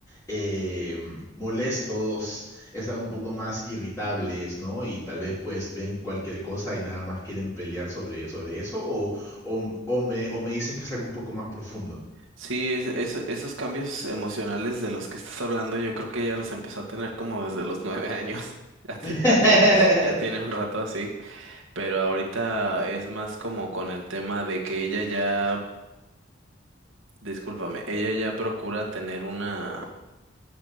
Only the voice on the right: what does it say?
Sí, es, es- esos cambios emocionales de los que estás hablando, yo creo que ya los empezó a tener como desde los nueve años. <laughs> Ya, te-
ya, tiene, ya tiene un rato así. Pero ahorita es más como con el tema de que ella ya, discúlpame, ella ya procura tener una,